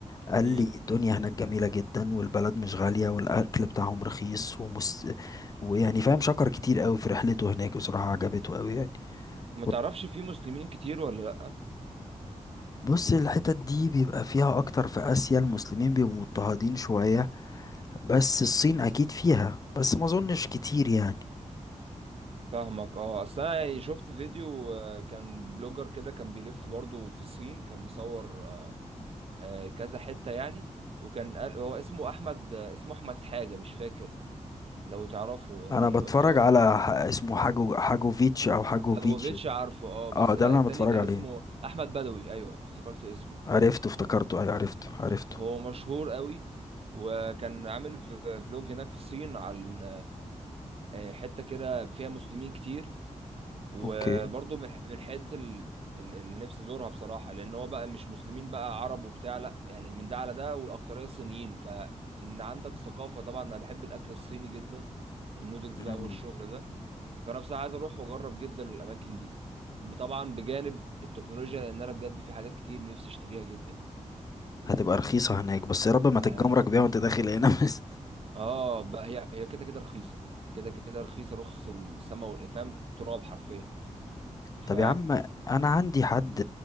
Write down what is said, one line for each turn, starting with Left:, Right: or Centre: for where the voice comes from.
Left: قال
Right: امم
Left: لي الدنيا هناك جميلة جدا والبلد مش غالية والأكل بتاعهم رخيص ومس... ويعني فاهم شكر كتير قوي في رحلته هناك بصراحة عجبته قوي يعني
Right: ما
Left: و-
Right: تعرفش في مسلمين كتير ولا لا
Left: بص الحتت دي بيبقى فيها أكتر في آسيا المسلمين بيبقوا مضطهدين شوية بس الصين أكيد فيها بس ما أظنش كتير يعني
Right: فاهمك اه اصل انا يعني شفت فيديو آه، كان بلوجر كده كان بيلف برضه في الصين كان مصور آه، آه، كذا حتة يعني وكان قال هو اسمه احمد آه، اسمه احمد حاجة مش فاكر لو تعرفه يعني
Left: أنا بتفرج
Right: بس هو
Left: على ح- اسمه حاجو حاجوفيتش أو حاجوفيتش
Right: حاجوفيتش عارفه اه بس
Left: اه ده
Right: لا
Left: اللي
Right: التاني
Left: أنا بتفرج
Right: كان
Left: عليه
Right: اسمه احمد بدوي ايوه افتكرت اسمه
Left: عرفته افتكرته أيوة عرفته عرفته
Right: هو مشهور قوي وكان عامل ف- فلوج هناك في الصين عن آه، حته كده فيها مسلمين كتير وبرضه
Left: أوكي
Right: من ح- من الحته ال- ال- اللي نفسي ازورها بصراحه لان هو بقى مش مسلمين بقى عرب وبتاع لا يعني من ده على ده والاكتريه صينيين فان عندك ثقافه طبعا انا بحب الاكل الصيني جدا النودلز بقى
Left: مم.
Right: والشغل ده فانا بصراحه عايز اروح واجرب جدا الاماكن دي طبعا بجانب التكنولوجيا لان انا بجد في حاجات كتير نفسي اشتريها جدا
Left: هتبقى رخيصة هناك بس يا رب ما تتجمرك
Right: اه
Left: بيها وانت داخل هنا <laughs> بس
Right: آه، بقى هي هي كده كده رخيصه كده كده رخيصه رخص السما والافهام تراب حرفيا ف
Left: طب يا عم انا عندي حد